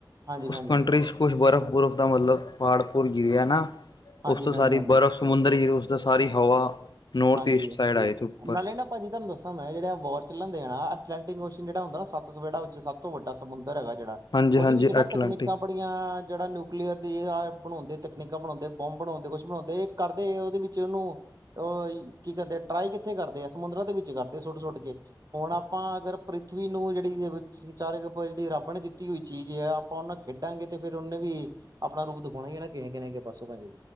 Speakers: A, on the right; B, on the left.
A: ਹਾਂਜੀ
B: ਉਸ
A: ਹਾਂਜੀ
B: ਕੰਟਰੀ 'ਚ- ਕੁਛ ਬਰਫ਼ ਬੁਰਫ਼ ਦਾ ਮਤਲਬ ਪਾੜ ਪੁੜ ਗਿਰਿਆ ਨਾ
A: ਹਾਂਜੀ
B: ਉਸ ਤੋਂ
A: ਹਾਂਜੀ
B: ਸਾਰੀ
A: ਹਾਂਜੀ
B: ਬਰਫ਼- ਸਮੁੰਦਰੀ <unintelligible> ਸਾਰੀ ਹਵਾ ਨੌਰਥ
A: ਹਾਂਜੀ
B: ਈਸਟ ਸਾਈਡ ਆਏ ਤੇ ਉਪਰ-
A: ਨਾਲੇ ਨਾ ਭਾਜੀ ਤੁਹਾਨੂੰ ਦੱਸ ਮੈ ਜਿਹੜਾ ਵਰ ਚੱਲਣਦਾ ਆ ਅਟਲਟਕਓਸ਼ਨ ਜਿਹੜਾ ਹੁੰਦਾ ਸਬ ਸਮੂਦਰ ਵੜਾ ਵਿਚ ਸਭ ਤੋ ਵਡਾ ਸਮੁੰਦਰ ਹੈਗਾ ਜਿਹੜਾ
B: ਹਾਂਜੀ
A: ਉਹਦੇ
B: ਹਾਂਜੀ
A: ਵਿੱਚ ਨਾ
B: ਐਟਲਾਂਟਿਕ
A: ਤਕਨੀਕਾਂ ਬਟ- ਆਪੀਆਂ ਜਿਹੜਾ ਨਿਊਕਲੀਅਰ ਦੀ ਆ ਬਣਾਉਦੇ ਤਕਨੀਕਾਂ ਬਣਾਉਦੇ ਬੰਬ ਬਣਾਉਦੇ ਕੁਛ ਬਣਾਉਦੇ- ਕਰਦੇ ਉਹਦੇ ਵਿਚ ਉਹਨੂੰ ਅ- ਕੀ ਕਰਦੇ ਟਰਾਈ ਕਿਥੇ ਕਰਦੇ ਆ ਸਮੁੰਦਰਾਂ ਦੇ ਵਿਚ ਕਰਦੇ ਸੁੱਟ- ਸੁੱਟ ਕੇ- ਹੁਣ ਆਪਾ ਅਗਰ ਪ੍ਰਿਥਵੀ ਨੂੰ ਜਿਹੜੀ- ਚਾਰਕ ਜਿਹੜੀ ਰੱਬ ਨੇ ਦਿਤੀ ਹੋਈ ਚੀਜ ਹੈ। ਆਪਾ ਉਹਨਾ ਖੇਡਾਂਗੇ ਤੇ ਫਿਰ ਉਹਨੇ ਵੀ- ਆਪਣਾ ਰੂਪ ਦਿਖਾਉਣਾ ਹੀ ਹੈ। ਕਹਿ ਕਹਿ ਕੇ ਬਸੋ ਭਾਜੀ